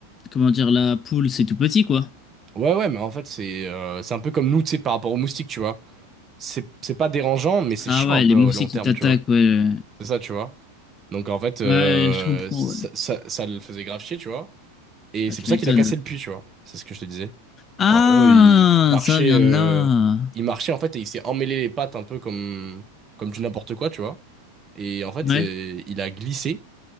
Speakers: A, on the left; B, on the right.
A: comment dire, la poule, c'est tout petit, quoi.
B: Ouais, ouais, mais en fait, c'est euh, c'est un peu comme nous, tu sais, par rapport aux moustiques, tu vois. C'est c'est pas dérangeant, mais c'est
A: Ah
B: chiant
A: ouais,
B: un peu
A: les
B: au
A: mousses
B: long
A: qui
B: terme,
A: t'attaquent,
B: tu vois.
A: ouais.
B: C'est ça, tu vois. Donc, en fait, euh,
A: Ouais, je comprends,
B: ça,
A: ouais.
B: ça, ça le faisait grave chier, tu vois. Et
A: Bah,
B: c'est
A: tu
B: pour ça
A: m'étonnes.
B: qu'il a cassé le puits, tu vois. C'est ce que je te disais.
A: Ah,
B: En gros, il marchait,
A: ça vient
B: euh,
A: de là.
B: il marchait en fait et il s'est emmêlé les pattes un peu comme, comme du n'importe quoi, tu vois. Et en fait,
A: Ouais.
B: euh, il a glissé